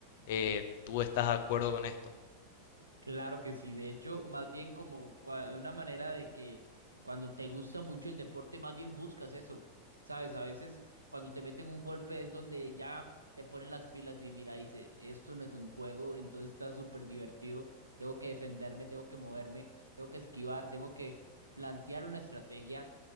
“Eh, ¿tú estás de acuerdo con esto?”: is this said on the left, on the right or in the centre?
Left